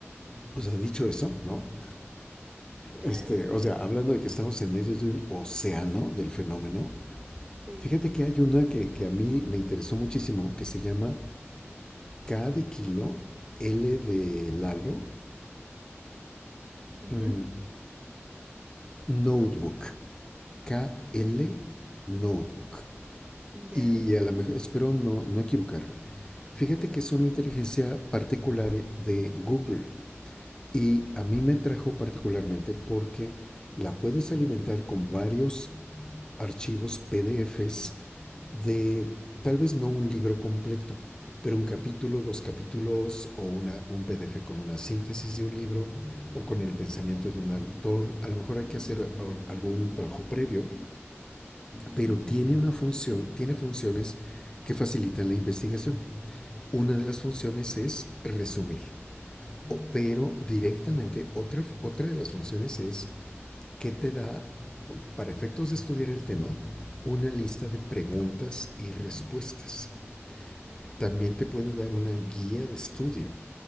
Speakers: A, on the left; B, on the right.
A: o sea, dicho eso, ¿no?
B: claro,
A: Este, o sea, hablando de que estamos en medio de un océano del fenómeno,
B: sí.
A: Fíjate que hay una que, que a mí me interesó muchísimo, que se llama K de kilo, L de Lalo,
B: Ujú.
A: mm, Notebook. K
B: Mm,
A: L Notebook.
B: Ya,
A: Y a lo mejor, espero no, no equivocarme. Fíjate que es una inteligencia particular de Google. Y a mí me trajo particularmente porque la puedes alimentar con varios archivos PDFs de tal vez no un libro completo, pero un capítulo, dos capítulos o una, un PDF con una síntesis de un libro o con el pensamiento de un autor. A lo mejor hay que hacer algún trabajo previo, pero
B: Mm,
A: tiene una función, tiene funciones que facilitan la investigación. Una de las funciones es resumir. Pero directamente, otra, otra de las funciones es que te da, para efectos de estudiar el tema, una lista de preguntas y respuestas. También te puede dar una guía de estudio.